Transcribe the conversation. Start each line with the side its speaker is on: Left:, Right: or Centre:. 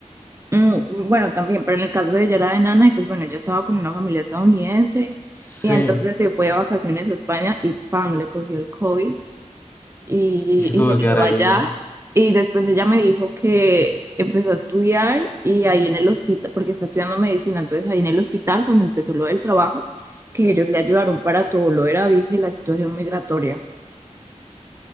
Right: Mm, mm, bueno, también, pero en el caso de ella era enana y pues bueno, ella estaba con una familia estadounidense
Left: Sí,
Right: y entonces se fue de vacaciones a España y pam, le cogió el COVID y,
Left: y se
Right: y
Left: tuvo
Right: se
Left: que
Right: quedó
Left: quedar ahí.
Right: allá. Y después ella me dijo que empezó a estudiar y ahí en el hospital, porque está estudiando medicina, entonces ahí en el hospital cuando empezó lo del trabajo, que ellos le ayudaron para todo lo de la visa y la situación migratoria.